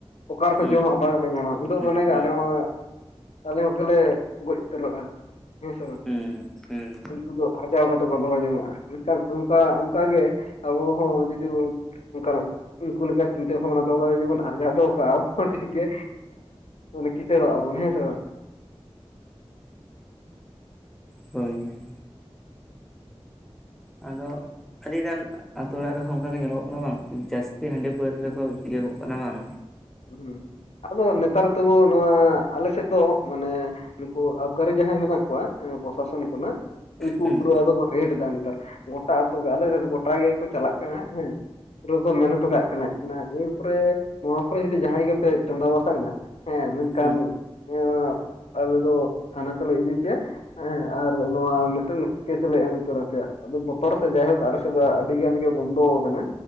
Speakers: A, on the left; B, in the centre.
A: ᱚᱠᱟᱨ ᱨᱮᱦᱚᱸ
B: ᱦᱩᱸ
A: ᱡᱚᱢᱟᱜ ᱵᱟᱝᱞᱮ ᱧᱟᱢᱟ ᱩᱸᱫᱚᱜ
B: ᱦᱩᱸ
A: ᱢᱟᱱᱮ
B: ᱦᱮᱸ
A: ᱟᱞᱮ ᱢᱟ ᱟᱞᱮ ᱜᱮᱦᱚᱸᱞᱮ ᱜᱚᱡ ᱛᱚ ᱨᱩᱜᱼᱟ ᱦᱮᱸ ᱥᱮ ᱵᱟᱝ
B: ᱦᱩᱸ ᱦᱩᱸ
A: ᱩᱱᱠᱩ ᱫᱚ ᱟᱨᱡᱟᱣ ᱠᱟᱛᱮ ᱠᱚ ᱫᱚᱦᱚ ᱡᱚᱝᱟᱜᱼᱟ, ᱢᱮᱱᱠᱷᱟᱱ ᱚᱱᱠᱟ ᱚᱱᱠᱟᱜᱮ ᱟᱵᱚ ᱦᱚᱸ ᱡᱩᱫᱤ ᱵᱚᱱ ᱚᱱᱠᱟᱱᱟᱜ ᱩᱱᱠᱩ ᱞᱮᱠᱟ ᱪᱤᱱᱛᱟᱹ ᱵᱷᱟᱵᱱᱟ ᱫᱚᱦᱚ ᱠᱟᱛᱮ ᱡᱩᱫᱤ ᱵᱚᱱ ᱟᱨᱡᱟᱣ ᱫᱚᱦᱚ ᱠᱟᱜᱼᱟ ᱴᱷᱤᱠ ᱜᱮ ᱩᱱ ᱠᱤᱸᱥᱟᱹᱲ ᱚᱜ ᱟᱵᱚᱱ ᱦᱮᱸ ᱥᱮ ᱵᱟᱝ
B: ᱦᱳᱭ ᱟᱫᱚ ᱟᱹᱰᱤ ᱜᱟᱱ ᱟᱛᱩ ᱚᱲᱟᱜ ᱨᱮᱦᱚᱸ ᱚᱱᱠᱟ ᱜᱮ ᱧᱮᱞᱚᱜ ᱠᱟᱱᱟ ᱵᱟᱝ ᱡᱟᱹᱥᱛᱤ ᱦᱟᱺᱰᱤ ᱯᱟᱹᱣᱨᱟᱹ ᱨᱮᱠᱚ ᱤᱭᱟ ᱠᱚᱜ ᱠᱟᱱᱟ ᱵᱟᱝ
A: ᱦᱩᱸ ᱟᱫᱚ ᱱᱮᱛᱟᱨ ᱛᱩᱵᱚ ᱱᱚᱣᱟ ᱟᱞᱮ ᱥᱮᱫ ᱫᱚ ᱢᱟᱱᱮ ᱱᱩᱠᱩ ᱟᱵᱜᱟᱨᱤ ᱡᱟᱦᱟᱸᱭ ᱢᱮᱱᱟᱜ ᱠᱚᱣᱟ ᱯᱨᱚᱥᱟᱥᱚᱱ ᱠᱷᱚᱱᱟᱜ ᱩᱱᱠᱩ
B: ᱦᱩᱸ
A: ᱯᱩᱨᱟᱹᱫᱚ ᱠᱚ ᱨᱮᱴ ᱮᱫᱟ ᱱᱮᱛᱟᱨ ᱜᱚᱴᱟ ᱟᱹᱛᱩ ᱜᱮ ᱟᱞᱮ ᱥᱮᱫ ᱫᱚ ᱜᱚᱴᱟ ᱜᱮᱠᱚ ᱪᱟᱞᱟᱜ ᱠᱟᱱᱟ ᱦᱮᱸ ᱯᱩᱨᱟᱹ ᱠᱚ ᱢᱮᱱ ᱦᱚᱴᱚ ᱠᱟᱜ ᱠᱟᱱᱟ ᱚᱱᱟ ᱮᱨᱯᱚᱨᱮ ᱮᱨᱯᱚᱨᱮ ᱡᱩᱫᱤ ᱡᱟᱦᱟᱸᱭ ᱜᱮᱯᱮ ᱪᱚᱸᱫᱟ ᱵᱟᱥᱟᱝᱟ ᱦᱮᱸ ᱢᱮᱱᱠᱷᱟᱱ
B: ᱦᱩᱸ
A: ᱮ ᱟᱞᱮ ᱫᱚ ᱛᱷᱟᱱᱟ ᱛᱮᱞᱮ ᱤᱫᱤ ᱯᱮᱭᱟ, ᱦᱮᱸ ᱟᱨ ᱱᱚᱣᱟ ᱢᱤᱫᱴᱮᱱ <unintelligible> ᱞᱮ ᱮᱢ ᱩᱛᱟᱹᱨ ᱟᱯᱮᱭᱟ ᱟᱫᱚ ᱵᱚᱛᱚᱨ ᱛᱮ ᱡᱟᱭᱦᱳᱠ ᱟᱞᱮ ᱥᱮᱫᱟᱜ ᱟᱹᱰᱤ ᱜᱟᱱ ᱜᱮ ᱵᱚᱱᱫᱚ ᱟᱠᱟᱱᱟ